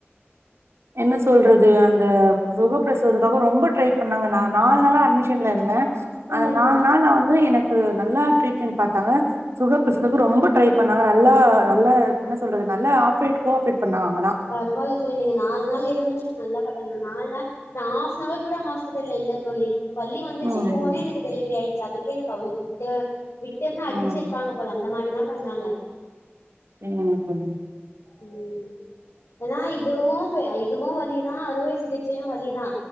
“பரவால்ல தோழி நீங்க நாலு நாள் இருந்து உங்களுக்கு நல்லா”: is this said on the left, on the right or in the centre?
Left